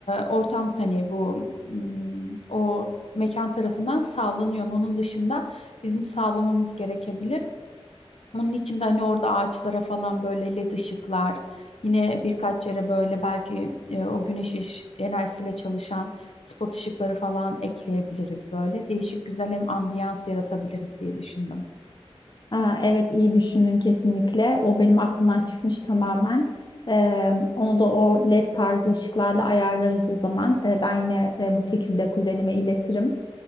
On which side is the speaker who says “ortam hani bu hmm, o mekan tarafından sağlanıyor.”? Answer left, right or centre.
Left